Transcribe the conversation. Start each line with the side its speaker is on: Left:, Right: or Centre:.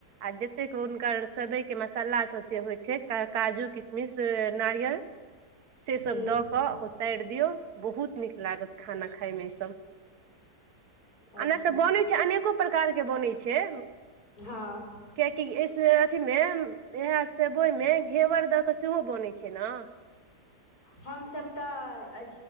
Right: आ जतेक हुनकर सेवइ के मसाला सब जे होइ छै काजू किशमिश नारियल सेसभ
Left: हूं
Right: दऽ कऽ उतार दियौ बहुत नीक लागत खाना खाायमे ईसभ आ
Left: अच्छा
Right: नहि तऽ बनै छै अनेको प्रकार के बनै छै
Left: हँ
Right: कियाकि इस अथिमे इएह सेबइमे घेवर दऽ कऽ सेहो बनैत छै ने
Left: हम सब तऽ